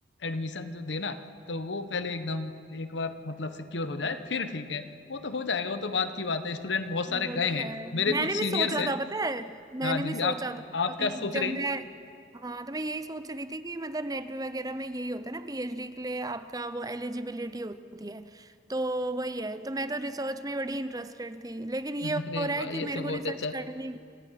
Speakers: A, on the left (about 75°); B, on the right (about 20°).
A: एडमिशन जो देना तो वो पहले एकदम एक बार मतलब सिक्योर हो जाए
B: जर्मन
A: फिर ठीक है वो तो हो जाएगा वो तो बाद की बात है स्टूडेंट बहुत सारे
B: वो
A: गए
B: तो
A: हैं
B: है
A: मेरे
B: मैंने
A: कुछ
B: भी
A: सीनियर्स
B: सोचा
A: हैं
B: था पता है मैंने
A: हाँ दीदी
B: भी सोचा
A: आप
B: था
A: आप
B: अभी
A: क्या सोच
B: जब
A: रही हैं
B: मैं हाँ तो मैं यही सोच रही थी कि मतलब नेट वगैरह में यही होता है ना पीएचडी के लिए आपका वो एलिजिबिलिटी होती है तो वही है तो मैं तो रिसर्च में बड़ी इंटरेस्टेड थी लेकिन ये
A: हम्म,
B: हो
A: अरे
B: रहा
A: वाह
B: है कि
A: ये
B: मेरे
A: तो
B: को
A: बहुत
B: रिसर्च
A: अच्छा
B: करनी